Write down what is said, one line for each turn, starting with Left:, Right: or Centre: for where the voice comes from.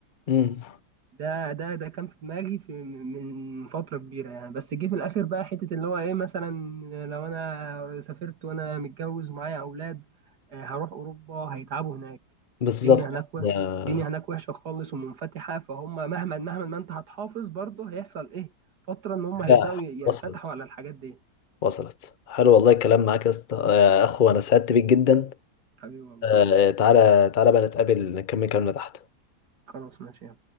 Left: امم
Right: ده ده ده كان في دماغي في من من فتره كبيره يعني بس جه في الاخر بقى حته اللي هو ايه مثلا لو انا سافرت وانا متجوز ومعايا اولاد آه، هروح اوروبا هيتعبوا هناك
Left: بالظبط
Right: الدنيا هناك وه-
Left: يا-
Right: الدنيا هناك وحشه خالص ومنفتحه فهم مهما مهما ما انت هتحافظ برضه هيحصل ايه فتره ان هم هيبداوا
Left: لا،
Right: ينفتحوا
Left: وصلت
Right: على الحاجات دي
Left: وصلت حلو والله الكلام معاك يا اسطى يا اخو انا سعدت بيك جدا
Right: حبيبي والله
Left: آه،
Right: تسلم
Left: تعالى تعالى بقى نتقابل نكمل كلامنا تحت
Right: خلاص ماشي